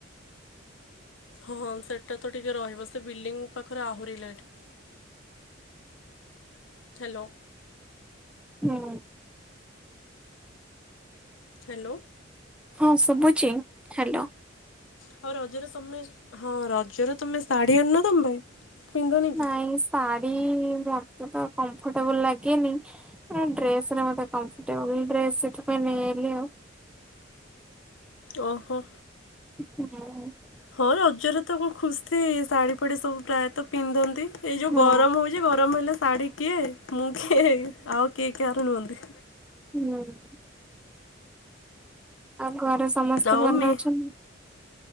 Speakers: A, on the left; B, in the centre.
A: ହଁ ସେଟା ତ ଟିକେ ରହିବ ସେ ବିଲ୍ଡିଂ ପାଖରେ ଆହୁରି ଲେଟ। ହ୍ୟାଲୋ
B: ହୁଁ
A: ହ୍ୟାଲୋ
B: ହଁ ଶୁଭୁଛି ହ୍ୟାଲୋ,
A: ହଉ ରଜରେ ତମେ ହଁ ରଜରେ ତମେ ଶାଢୀ ଆଣିନ ତମ ପାଇଁ? ପିନ୍ଧନି କି?
B: ନାଇଁ ଶାଢ଼ୀ ମତେ ତ କମ୍ଫର୍ଟେବୁଲ ଲାଗେନି? ଡ୍ରେସରେ ମତେ କମ୍ଫର୍ଟେବଲ ଡ୍ରେସ ସେଥିପାଇଁ ନେଇଲି ଆଉ।
A: ଓହୋ
B: ହୁଁ! <unintelligible>
A: ହଁ ରଜରେ ତବହୁତ ଖୁସି ଶାଢ଼ୀ ଫାଡି ସବୁ ପ୍ରାୟତଃ ପିନ୍ଧନ୍ତି। ଏଇ ଯଉ
B: ହଁ।
A: ଗରମ ହଉଛି ଗରମ ହେଲେ ଶାଢ଼ୀ କିଏ ମୁଁ କିଏ ଆଉ କିଏ କାହାର ନୁହନ୍ତି।
B: ହୁଁ। ଆଉ ଘରେ ସମସ୍ତେ
A: ଆଉ
B: ଭଲ
A: ମେ
B: ଅଛନ୍ତି?